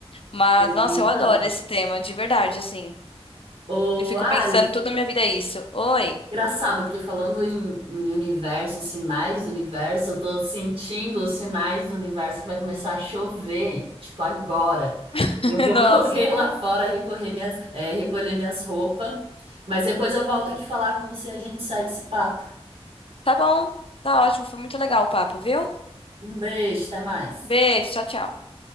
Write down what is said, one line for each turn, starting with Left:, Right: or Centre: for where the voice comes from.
Left: Mas,
Right: Pois
Left: nossa,
Right: então.
Left: eu adoro esse tema, de verdade, assim.
Right: Ô,
Left: Eu fico
Right: Ari,
Left: pensando, toda a minha vida é isso. Oi,
Right: Engraçado, porque falando em, em universo e sinais do universo, eu tô sentindo os sinais do universo que vai começar a chover, tipo agora.
Left: <laughs>
Right: Eu vou
Left: nossa.
Right: <laughs> correr lá fora, recorrer minhas, é, recolher minhas roupas, mas depois eu volto aqui falar com você e a gente segue esse papo.
Left: Tá bom, tá ótimo, foi muito legal o papo, viu?
Right: Um beijo, até mais.
Left: Beijo, tchau, tchau.